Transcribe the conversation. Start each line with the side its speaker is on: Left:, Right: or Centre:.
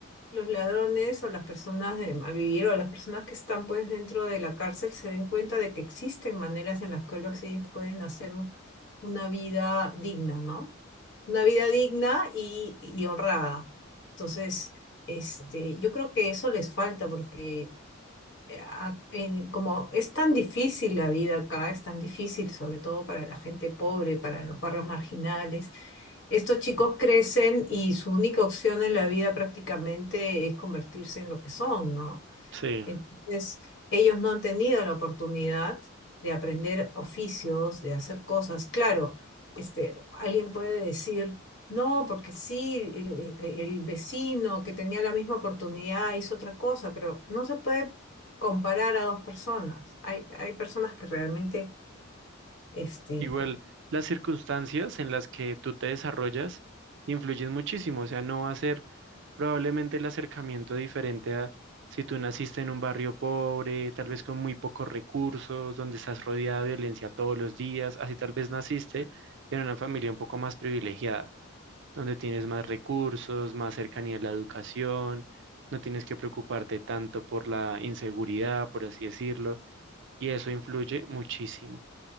Left: los ladrones o las personas de malvivir o las personas que están pues dentro de la cárcel se den cuenta de que existen maneras en las que ellos pueden hacer un- una vida digna, ¿no? una vida digna y, y honrada. Entonces, este, yo creo que eso les falta porque eh, a- en- como es tan difícil la vida acá, es tan difícil sobre todo para la gente pobre, para los barrios marginales, estos chicos crecen y su única opción en la vida prácticamente es convertirse en lo que son, ¿no?
Right: Sí.
Left: Entonces, ellos no han tenido la oportunidad de aprender oficios, de hacer cosas. Claro, este, alguien puede decir, no, porque sí, el, el- el vecino que tenía la misma oportunidad hizo otra cosa, pero no se puede comparar a dos personas. Hay, hay personas que realmente, este,
Right: Igual, las circunstancias en las que tú te desarrollas influyen muchísimo. O sea, no va a ser probablemente el acercamiento diferente a si tú naciste en un barrio pobre, tal vez con muy pocos recursos, donde estás rodeado de violencia todos los días, así tal vez naciste en una familia un poco más privilegiada donde tienes más recursos, más cercanía a la educación, no tienes que preocuparte tanto por la inseguridad, por así decirlo, y eso influye muchísimo.